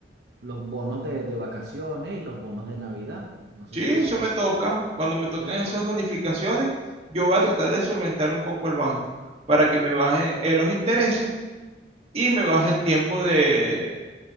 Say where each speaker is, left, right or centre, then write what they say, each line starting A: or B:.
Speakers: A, on the right (about 65°); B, on the right (about 35°).
A: los bonos de, de vacaciones y los bonos de Navidad. No sé
B: Sí,
A: si
B: eso
A: me explico.
B: me toca. Cuando me toquen
A: Claro.
B: esas bonificaciones, yo voy a tratar de solventar un poco el banco para que me baje eh, los intereses y me baje el tiempo de,